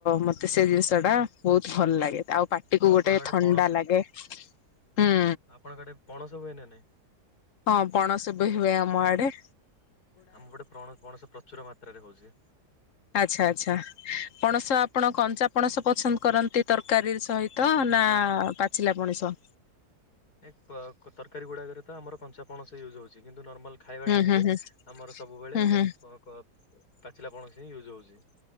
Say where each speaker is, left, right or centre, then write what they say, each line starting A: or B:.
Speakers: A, on the left; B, on the left.
A: ମତେ ସେ ଜିନିଷଟା ବୋହୁତ ଭଲ ଲାଗେ ତା ଉ ପାଟିକୁ
B: ଆଉ ଆପଣଙ୍କ
A: ଗୋଟେ
B: ଆଡେ
A: ଥଣ୍ଡା
B: ପଣସ
A: ଲାଗେ ହୁଁ।
B: ଆପଣଙ୍କ ଆଡେ ପଣସ ହୁଏ ନା ନାଇଁ?
A: ହଁ ପଣସ ବେ ହୁଏ ଆମ ଆଡ଼େ।
B: ଆମ ପଟେ ପ୍ରଣ ପଣସ ପ୍ରଚୁର ମାତ୍ରାରେ ହୋଉଚ୍ ଯେ
A: ଆଚ୍ଛା ଆଚ୍ଛା ପଣସ ଆପଣ କଞ୍ଚା ପଣସ ପଛନ୍ଦ କରନ୍ତି ତରକାରୀ ସହିତ ନାଁ ପାଚିଲା ପଣିସ?
B: ନାଇଁ ପ କ ତରକାରୀ ଗୁଡ଼ାକରେ ତ ଆମର କଞ୍ଚା ପଣସ ୟୁଜ୍ ହୋଉଚି। କିନ୍ତୁ ନର୍ମାଲ୍ ଖାଇବା
A: ହୁଁ
B: ଟାଇମରେ
A: ହୁଁ ହୁଁ
B: ଆମର ସବୁବେଳେ
A: ହୁଁ
B: ଉ
A: ହୁଁ
B: କ ପା ସିଲା ପଣସି ହିଁ ୟୁଜ୍ ହୋଉଚି।